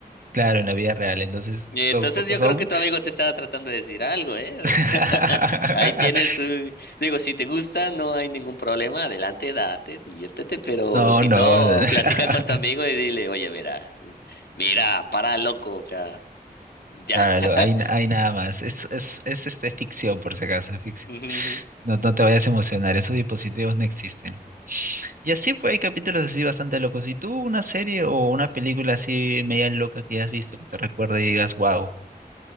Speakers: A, on the right (about 60°); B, on the left (about 85°).
A: Claro, en la vida real, entonces
B: Y
A: son...
B: entonces
A: ju-
B: yo
A: son...
B: creo que tu amigo te estaba tratando de decir algo, ¿eh? O
A: <laughs>
B: sea, <laughs> ahí tienes un... Digo, si te gusta, no hay ningún problema, adelante, date, diviértete, pero
A: No,
B: si
A: no.
B: no,
A: <laughs>
B: platica con tu amigo y dile, oye, mira, mira, para loco, o sea, ya.
A: Claro,
B: <laughs>
A: hay, hay nada más. Es, es, es este, ficción, por si acaso, es ficción.
B: Ujú, ujú.
A: No, no te vayas a emocionar, esos dispositivos no existen. Y así, pues hay capítulos así bastante locos. ¿Y tú una serie o una película así media loca que hayas visto que te recuerde y digas, wow?